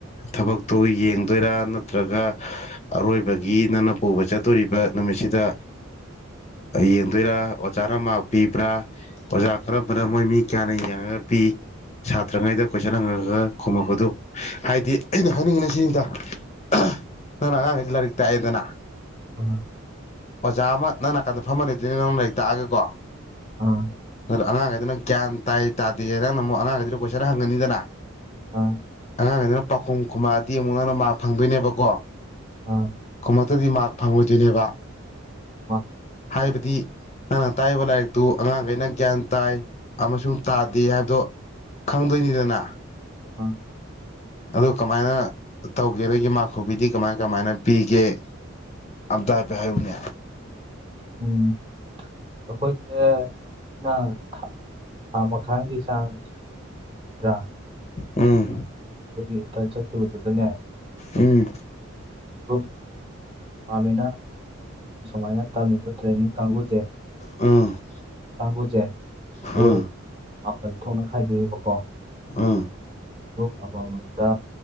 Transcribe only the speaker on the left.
ꯊꯕꯛꯇꯨ ꯌꯦꯡ ꯇꯣꯏꯔꯥ ꯅꯠꯇ꯭ꯔꯒ ꯑꯔꯣꯏꯕꯒꯤ ꯅꯪꯅ ꯄꯨꯕ ꯆꯠꯇꯣꯔꯤꯕ ꯅꯨꯃꯤꯠꯁꯤꯗ ꯌꯦꯡꯗꯣꯏꯔ ꯑꯣꯖꯥꯅ ꯃꯥꯛ ꯄꯤꯕ꯭ꯔ ꯑꯣꯖꯥ ꯀꯔꯝꯕꯅ ꯃꯣꯏ ꯃꯤ ꯀꯌꯥꯅ ꯌꯦꯡꯉꯒ ꯄꯤ ꯁꯥꯇ꯭ꯔꯉꯩꯗ ꯀꯣꯏꯁꯟ ꯍꯪꯉꯒ ꯈꯨꯝꯃꯛꯄꯗꯨ ꯍꯥꯏꯗꯤ ꯑꯩꯅ ꯍꯥꯏꯅꯤꯡꯉꯤꯅ ꯁꯤꯅꯤꯗ ꯑ ꯅꯪꯅ ꯑꯉꯥꯡꯉꯩꯗ ꯂꯥꯏꯔꯤꯛ ꯇꯥꯛꯑꯦꯗꯅ
ꯑꯣꯖꯥ ꯑꯃ ꯅꯪ ꯅꯥꯀꯟꯗ ꯐꯝꯃ ꯂꯩꯗꯣꯏꯅꯦ ꯅꯪ ꯂꯥꯏꯔꯤꯛ ꯇꯥꯛꯑꯒꯀꯣ
ꯑꯗꯨꯗ ꯑꯉꯥꯡꯉꯩꯗꯨꯅ ꯒ꯭ꯌꯥꯟ ꯇꯥꯏ ꯇꯥꯗꯦ ꯅꯪꯅꯃꯨꯛ ꯑꯉꯥꯡꯉꯩꯗꯨꯗꯅ ꯀꯣꯏꯁꯟ ꯍꯪꯉꯅꯤꯗꯅ
ꯑꯉꯥꯡꯉꯩꯗꯨꯅ ꯄꯥꯎꯈꯨꯝ ꯈꯨꯝꯃꯛꯑꯗꯤ ꯑꯃꯨꯛ ꯅꯪꯅ ꯃꯥꯛ ꯐꯪꯗꯣꯏꯅꯦꯕꯀꯣ
ꯈꯨꯝꯃꯛꯇꯗꯤ ꯃꯥꯛ ꯐꯪꯉꯣꯏꯗꯣꯏꯅꯦꯕ
ꯍꯥꯏꯕꯗꯤ ꯅꯪꯅ ꯇꯥꯛꯏꯕ ꯂꯥꯏꯔꯤꯛꯇꯨ ꯑꯉꯥꯡꯒꯩꯅ ꯒ꯭ꯌꯥꯟ ꯇꯥꯏ ꯑꯃꯁꯨꯡ ꯇꯥꯗꯦ ꯍꯥꯏꯕꯗꯣ ꯈꯪꯗꯣꯏꯅꯤꯗꯅ
ꯑꯗꯨ ꯀꯃꯥꯏꯅ ꯇꯧꯒꯦ ꯗꯒꯤ ꯃꯥꯛ ꯈꯨꯄꯤꯗꯤ ꯀꯃꯥꯏ ꯀꯃꯥꯏꯅ ꯄꯤꯒꯦ ꯑꯝꯇꯥ ꯍꯥꯏꯐꯦꯠ ꯍꯥꯏꯌꯨꯅꯦ
ꯎꯝ
ꯎꯝ
ꯎꯝ
ꯎꯝ
ꯎꯝ